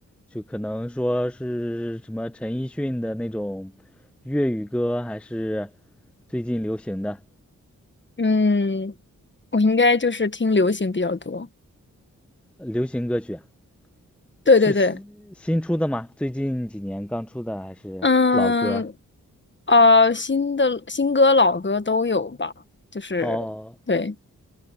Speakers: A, in the centre; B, on the left.
A: 就可能说是什么陈奕迅的那种粤语歌，还是最近流行的
B: 嗯，我应该就是听流行比较多。
A: 流行歌曲啊
B: 对对对，
A: 是新新出的吗？最近几年刚出的，还是老歌？
B: 嗯，啊，新的新歌老歌都有吧，就是对。
A: 哦